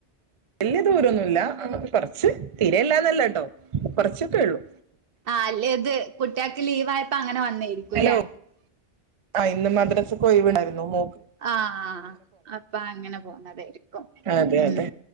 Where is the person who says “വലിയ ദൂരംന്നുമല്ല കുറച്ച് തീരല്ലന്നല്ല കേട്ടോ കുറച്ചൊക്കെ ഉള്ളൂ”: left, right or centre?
Right